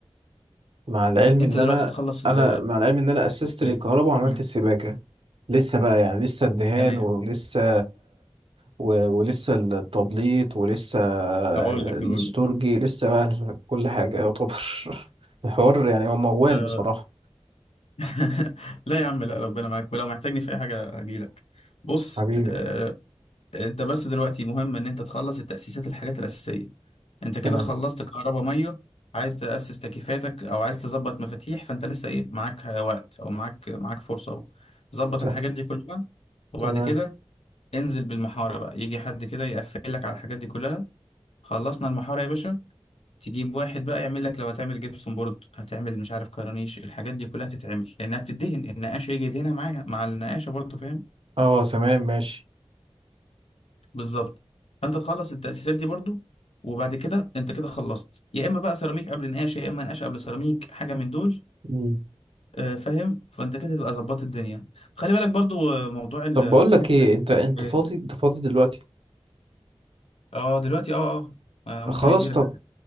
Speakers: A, on the right; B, on the left.
A: مع العلم
B: انت
A: ان
B: دلوقتي
A: انا
B: تخلص ال
A: انا مع العلم ان انا اسست للكهرباء
B: ال-
A: وعملت
B: م،
A: السباكه لسه بقى يعني لسه الدهان
B: تمام
A: ولسه و... ولسه التبليط ولسه
B: اقول لك
A: الاستورجي
B: اقول لك
A: لسه بقى كل حاجه يعتبر <laughs> الحوار يعني هو موال
B: آه.
A: بصراحه
B: <laughs> لا يا عم لا ربنا معاك ولو محتاجني في اي حاجه اجي لك بص
A: حبيبي
B: آه، انت بس دلوقتي مهم ان انت تخلص التأسيسات الحاجات الأساسية انت كده
A: تمام
B: خلصت كهرباء مية عايز تأسس تكييفاتك او عايز تظبط مفاتيح فانت لسه ايه معاك وقت او معاك معاك فرصة اهو ظبط
A: ت-
B: الحاجات دي كلها وبعد
A: تمام
B: كده انزل بالمحارة بقى يجي حد كده يقفل لك على الحاجات دي كلها خلصنا المحارة يا باشا تجيب واحد بقى يعمل لك لو هتعمل جبسون بورد هتعمل مش عارف كرانيش الحاجات دي كلها تتعمل لانها بتدهن النقاش يجي يدهنها معاها مع النقاشة برضه فاهم
A: اه تمام ماشي
B: بالظبط فانت تخلص التأسيسات دي برضو وبعد كده انت كده خلصت يا اما بقى سيراميك قبل نقاش يا اما نقاش قبل سيراميك حاجه من دول
A: مم.
B: آه، فاهم فانت كده تبقى ظبطت الدنيا خلي بالك برضو آه، موضوع ال-
A: طب
B: انت
A: بقول لك
B: ممكن
A: ايه انت انت
B: إيه؟
A: فاضي انت فاضي دلوقتي
B: اه دلوقتي اه اه آه، ممكن
A: خلاص
B: اجي لك
A: طب